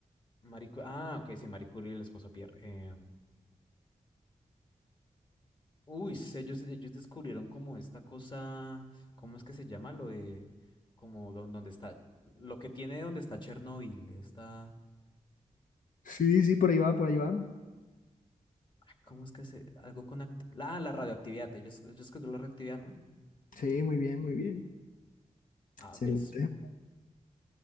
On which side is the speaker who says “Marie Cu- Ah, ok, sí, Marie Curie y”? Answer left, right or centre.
Left